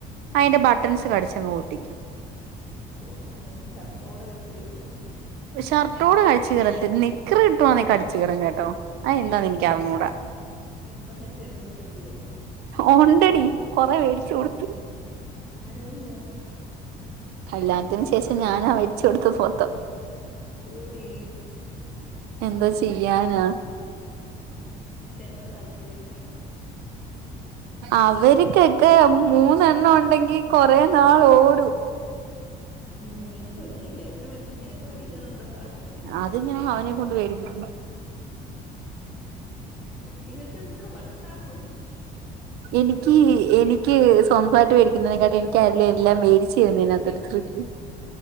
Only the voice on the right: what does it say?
അയ്ന്റെ ബട്ടൺസ് കട്ച്ചങ്ങ്പൊട്ടിക്കും.
ഷർട്ടോടെ കട്ച്ച്കീറത്തി നിക്കറ് കിട്ടു വാണേ കടിച്ചു കീറുംകെട്ടോ. അയ് എന്താന്ന് ഇൻകറ്ഞ്ഞൂടാ.
ഒണ്ടടി കൊറെ വേട്ച്ച്കൊട്ത്ത്.
കല്യാൺത്തിന് ശേഷം ഞാനാവേട്ചൊട്ത്ത് ഫൊത്തം.
എന്തോ ചെയ്യാനാ.
അവര്ക്കെക്കെ മൂന്നെണ്ണം ഉണ്ടെങ്കി കൊറെ നാളോടും.
അത് ഞാ അവനെ കൊണ്ട് വേടിപ്പിക്കും.
എനിക്ക് എനിക്ക് സ്വന്തായ്ട്ട് വേടിക്കുന്നതിനേക്കാട്ടിം ന്ക്കല്ലാം ല്ലാം വേടിച് തര്ന്നേനാ ത് തൃപ്തി.